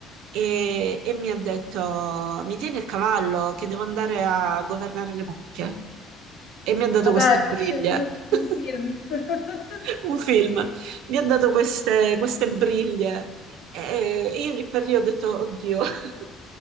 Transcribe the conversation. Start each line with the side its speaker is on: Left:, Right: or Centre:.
Right: e, e mi ha detto: Mi tieni il cavallo che devo andare a governare le mucche. E mi ha dato
Left: Ma dai,
Right: queste briglie.
Left: cioè, come un
Right: <laughs>
Left: film. <laughs>
Right: un film, mi ha dato queste, queste briglie e io lì per lì ho detto, oddio, <laughs>